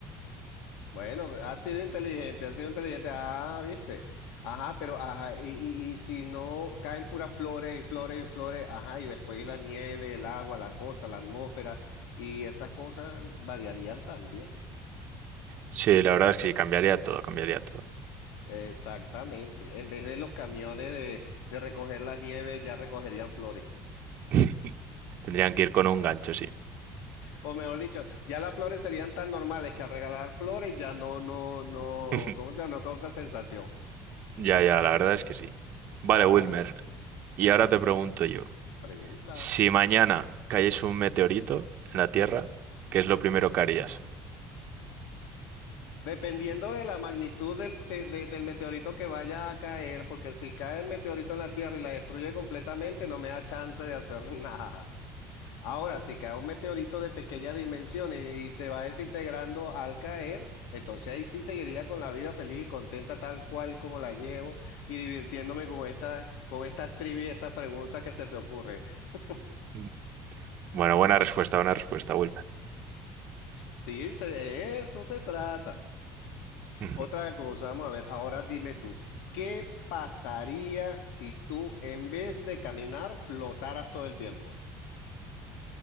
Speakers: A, on the left (about 90°); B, on the right (about 55°).
A: Bueno, ha sido inteligente, ha sido inteligente. Ah, viste. Ajá, pero ajá, y, y- y si no caen puras flores y flores y flores, ajá, y después la nieve, el agua, la cosa, la atmósfera y esas cosas variarían también.
B: Sí, la verdad es que sí, cambiaría todo, cambiaría todo.
A: Exactamente. En vez de los camiones de, de recoger la nieve, ya recogerían flores.
B: <laughs> Tendrían que ir con un gancho, sí.
A: O mejor dicho, ya las flores serían tan normales que al regalar flores ya no, no, no,
B: <laughs>
A: ¿cómo se llama? No causa sensación.
B: Ya, ya, la verdad es que sí. Vale,
A: Ajá,
B: Wilmer, y ahora te pregunto yo,
A: pregunta.
B: si mañana cayese un meteorito en la Tierra, ¿qué es lo primero que harías?
A: Dependiendo de la magnitud del, te- de- del meteorito que vaya a caer, porque si cae el meteorito en la Tierra y la destruye completamente, no me da chance de hacer <laughs> nada. Ahora, si cae un meteorito de pequeñas dimensiones y se va desintegrando al caer, entonces ahí sí seguiría con la vida feliz y contenta tal cual como la llevo y divirtiéndome con estas, con estas trivias y estas preguntas que se te ocurren. <laughs>
B: Mm. Bueno, buena respuesta, buena respuesta, Wilmer.
A: Sí, se- de eso se trata.
B: Ujú.
A: Otra cosa, vamos a ver, ahora dime tú, ¿qué pasaría si tú en vez de caminar flotaras todo el tiempo?